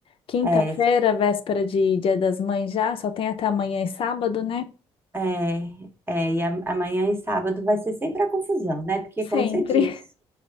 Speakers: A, on the left; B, on the right.
A: Quinta-feira,
B: É,
A: véspera de Dia das Mães já, só tem até amanhã e sábado, né?
B: é, é, e a- amanhã e sábado vai ser sempre a confusão, né? Porque,
A: Sempre.
B: como você disse,